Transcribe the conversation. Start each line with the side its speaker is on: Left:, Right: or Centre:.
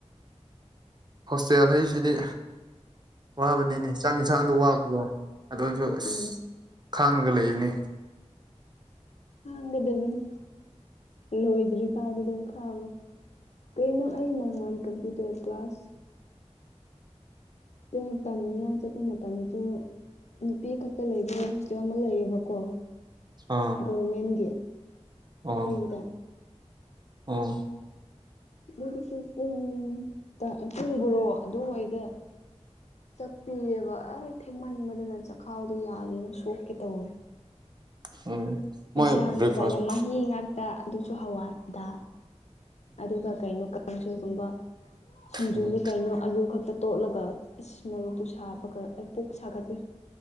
Right: ꯍꯣꯁꯇꯦꯜ ꯂꯩꯁꯤꯗꯤ ꯋꯥꯕꯅꯤꯅꯦ ꯆꯥꯛ ꯏꯟꯁꯥꯡꯗꯣ ꯋꯥꯕ꯭ꯔꯣ ꯑꯗꯨ ꯑꯣꯏꯖꯨ ꯑꯁ
Left: ꯎꯝ
Right: ꯈꯥꯡꯉꯒ ꯂꯩꯕꯅꯤ
Left: ꯈꯪꯒꯗꯕꯅꯤ ꯂꯣꯏꯗ꯭ꯔꯤꯐꯥꯎꯗꯤ ꯑꯗꯨꯝ ꯈꯪꯉꯣ ꯀꯩꯅꯣ ꯑꯩ ꯅꯍꯥꯟ ꯀꯝꯄ꯭ꯌꯨꯇꯔ ꯀ꯭ꯂꯥꯁ <unintelligible> ꯇꯝꯅꯤꯉꯥꯏ ꯆꯠꯄ ꯃꯇꯝꯗꯁꯨ ꯅꯨꯄꯤ ꯈꯛꯇ ꯂꯩꯕ ꯍꯣꯁꯇꯦꯜ ꯑꯃ ꯂꯩꯌꯦꯕꯀꯣ
Right: ꯑꯥ
Left: ꯒꯣꯔꯃꯦꯟꯒꯤ
Right: ꯑꯣ
Left: ꯐ꯭ꯔꯤꯗ
Right: ꯑꯣ
Left: ꯑꯗꯨꯒꯤꯁꯨ ꯄꯨꯡ ꯇ ꯄꯨꯡ ꯕꯔꯣ ꯑꯗꯨꯋꯥꯏꯗ ꯆꯥꯛꯄꯤꯑꯕ ꯑꯁ ꯊꯦꯡꯃꯟꯕꯗꯨꯅ ꯆꯈꯥꯎꯗꯣ ꯌꯥꯗꯦꯅꯦ ꯁꯣꯛꯀꯦ ꯇꯧꯋꯦ
Right: ꯎꯝ ꯃꯣꯏ
Left: ꯏꯟꯁꯥꯡꯅꯦ
Right: ꯕ꯭ꯔꯦꯛꯐꯥꯁ
Left: ꯀꯥꯏꯅ ꯃꯍꯤ ꯉꯥꯡ ꯇ ꯑꯗꯨꯁꯨ ꯍꯋꯥꯏꯗ ꯑꯗꯨꯒ ꯀꯩꯅꯣ ꯀꯥꯡꯁꯣꯏꯒꯨꯝꯕ ꯁꯤꯡꯖꯨꯁꯨ
Right: ꯎꯝ
Left: ꯀꯩꯅꯣ ꯑꯂꯨ ꯈꯛꯇ ꯇꯣꯠꯂꯒ ꯑꯁ ꯃꯔꯣꯛꯇꯨ ꯁꯥꯕꯒ ꯑꯩ ꯄꯨꯛ ꯁꯥꯒꯠꯂꯦ